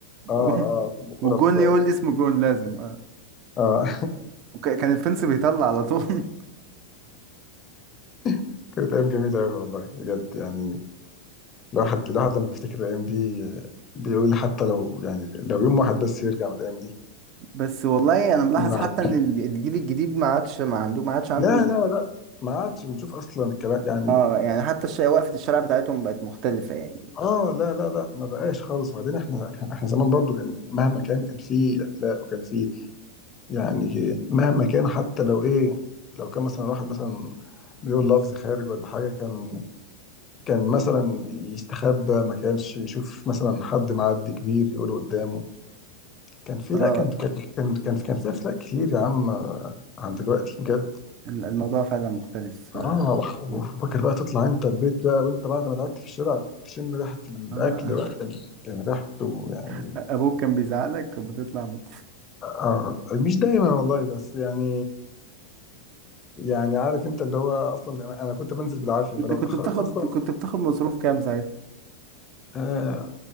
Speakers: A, on the right; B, on the left.
A: <laughs>
B: اه اه كل كرة
A: والجون
B: ب...
A: يقول اسم جون لازم اه
B: اه
A: وكان الفنس بيطلع على طول <laughs>
B: <laughs> كانت ايام جميلة قوي والله بجد يعني الواحد الواحد لما بيفتكر الايام دي بيقول حتى لو يعني لو يوم واحد بس يرجع من الايام دي
A: بس والله انا ملاحظ
B: نلعب.
A: حتى ان ال- الجيل الجديد ما عادش ما عنده ما عادش عنده
B: لا لا لا ما عادش بنشوف اصلا الكلام يعني
A: اه يعني حتى الش... وقفة الشارع بتاعتهم بقت مختلفة يعني
B: اه لا لا لا ما بقاش خالص وبعدين احنا احنا زمان برضو كان مهما كان كان في اخلاق وكان في يعني مهما كان حتى لو ايه لو كان مثلا واحد مثلا بيقول لفظ خارج ولا حاجة كان كان مثلا يستخبى ما كانش يشوف مثلا حد معدي كبير يقوله قدامه كان في لا
A: اه
B: كان كان كان كان, كان في أخلاق كتير يا عم آه، عن دلوقتي بجد
A: ال- الموضوع فعلا مختلف
B: اه
A: آه.
B: وح- وفاكر
A: مم.
B: بقى تطلع انت البيت بقى وانت بعد ما لعبت في الشارع تشم ريحة الأكل
A: آه.
B: بقى كان كان ريحته يعني
A: <laughs> ابوك كان بيزعلك لما تطلع من-
B: آه مش دايما والله بس يعني يعني عارف انت اللي هو اصلا انا انا كنت بنزل بالعافيه
A: كنت
B: فلو
A: كنت
B: اتاخرت
A: بتاخد
B: اصلا
A: كنت بتاخد مصروف كام ساعتها
B: آه